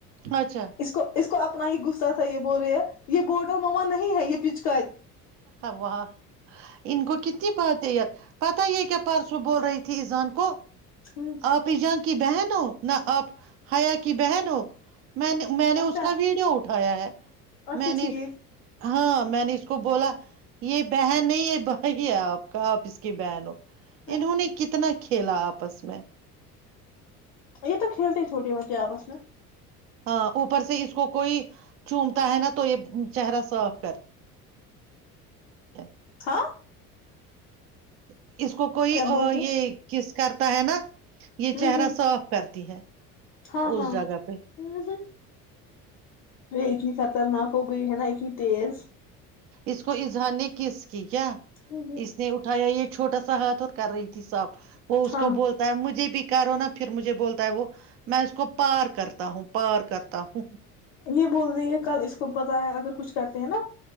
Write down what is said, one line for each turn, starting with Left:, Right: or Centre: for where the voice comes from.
Right: اچھا
Left: <unintelligible> اس کو اس کو آپ <unintelligible> نا ہی گغصہ تھا یہ بول رہے ہے یہ بورڈ اور موا نہیں ہے یہ پچ کے <unintelligible>
Right: واہ ان کو کتنی بات ہے <unintelligible> پتا یہ کیا پرسوں بول رہی تھی ایزان کو
Left: ہ
Right: آپ ایجان کی بہن ہو نہ آپ حیا کی بہن ہو میں نے میں نے
Left: اچھا
Right: اس کا ویڈیو اٹھ ہو ہے
Left: اچھا
Right: میں نے
Left: ٹھیک
Right: ہاں میں نے کو بولا یہ بہن نہیں یہ ب آپ کا آپ اس کی بہن ہو
Left: اچھا
Right: اننہوں نے کتنا کھیلا آپس میں
Left: یہ تو کھیلتے ہیں چھوٹے بچے آپس میں
Right: ہاں اوپر سے اس کو کوئی چومتا ہے نا تو یہ چہرہ صاف کر اچھ
Left: ہاں
Right: <unintelligible> اس کو کوئی
Left: کیا بول رہے
Right: یہ کس کرتا ہے نا یہ
Left: ہ
Right: چہرہ
Left: ہ
Right: صاف کرتی ہے
Left: ہاں
Right: اس
Left: ہاں
Right: جگہ پہ
Left: ہ ہ اتنی خطرناک ہوی کوئی ہے نا اس تیز
Right: اس کو اظہا نے کس کی کیا
Left: ہ ہ
Right: اس نے اٹھایا یہ چھوٹا سا ہاتھ اور کر رہی تھی صاف وہ اس
Left: ہاں
Right: کو بولتا ہے مجھے بھی کرو نا پھر مجھے بولتا ہے وہ میں اس کو پار کرتا ہوں پار کرتا ہوں
Left: یہ بول رہی ہے کل اس کو اگر کچھ کرتے ہیں نا